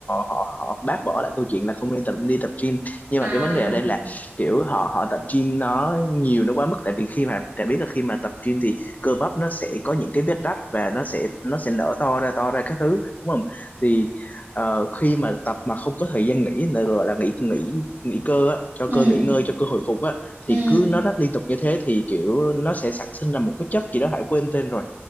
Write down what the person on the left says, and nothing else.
họ họ bác bỏ lại câu chuyện là không nên tập đi tập gym nhưng
mà cái vấn đề ở đây là kiểu họ họ tập gym nó nhiều nó quá mức tại vì khi mà đã biết là khi mà tập gym thì cơ bắp nó sẽ có những cái vết rách và nó sẽ nó sẽ nở to ra to ra các thứ đúng không thì ờ, khi mà tập mà không có thời gian nghỉ là gọi là nghỉ nghỉ nghỉ cơ á, cho
cơ nghỉ ngơi cho cơ hồi phục á
thì cứ nó rất liên tục như thế thì kiểu nó sẽ sản sinh ra một cái chất gì đó Hải quên tên rồi